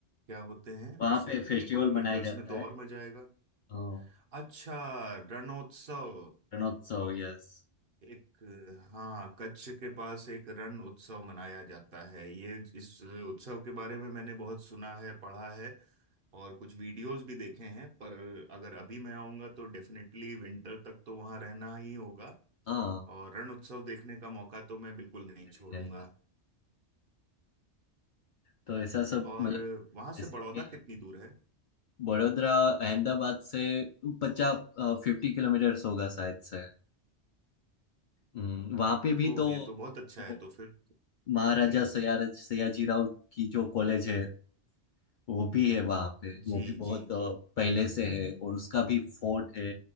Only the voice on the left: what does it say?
वहां
पे फेस्टिवल
मनाया जाता
है
अ,
रणोत्सव यस
हाँ
मिल
ही जाएगा तो ऐसा सब
मतलब
ऐसे
ही
है।
बड़ोदरा अहमदाबाद से पचास फिफ्टी किलोमीटर्स होगा शायद से हम्म, वहाँ पे भी
तो
वो
महाराजा
सयाजी सयाजीराव की जो कॉलेज है वो भी है वहाँ पे
वो भी बहुत
अ, पहले से है और उसका भी फोर्ट है